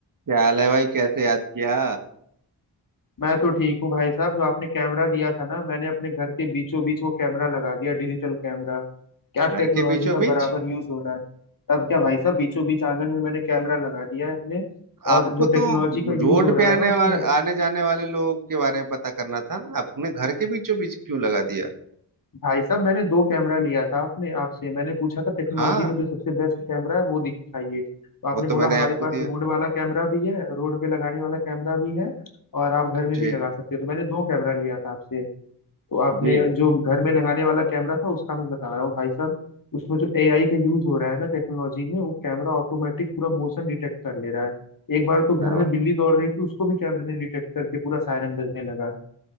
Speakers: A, on the right (about 50°); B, on the left (about 50°).
A: क्या हाल है भाई कैसे याद किया
B: मैं तो ठीक हूँ भाई साहब जो आपने कैमरा दिया था ना मैंने अपने घर के बीचों बीच वो कैमरा लगा दिया डिजिटल कैमरा क्या
A: घर
B: टेक्नोलॉजी
A: के बीचों
B: का
A: बीच
B: बराबर यूज हो रहा है तब क्या भाई साहब बीचों बीच आंगन में मैंने कैमरा लगा दिया है अपने और
A: आपको
B: जो
A: तो
B: टेक्नोलॉजी का यूज
A: रोड
B: हो रहा
A: पे आने
B: है ना उसमें
A: वा, आने जाने वाले लोगों के बारे में पता करना था ना आपने घर के बीचों बीच क्यों लगा दिया
B: भाई साहब मैंने दो कैमरा लिया था आपने आपसे मैंने पूछा था टेक्नोलॉजी
A: हाँ
B: में जो सबसे बेस्ट कैमरा है वो दिखाइए तो आपने
A: वो तो
B: बोला
A: मैंने
B: हमारे
A: आपको
B: पास
A: दिया
B: रोड वाला कैमरा भी है रोड पे लगाने वाला कैमरा भी है और आप घर में
A: जी
B: भी लगा सकते हो तो मैंने दो कैमरा लिया था आपसे तो आपने
A: जी
B: जो घर में लगाने वाला कैमरा था उसका मैं बता रहा हूँ भाई साहब उसमें जो एआई का यूज हो रहा है ना टेक्नोलॉजी में वो कैमरा ऑटोमेटिक पूरा मोशन डिटेक्ट कर ले रहा है एक बार तो घर
A: क्या
B: में
A: बात
B: बिल्ली दौड़ रही थी उसको भी कैमरे ने डिटेक्ट करके पूरा सायरन बजने लगा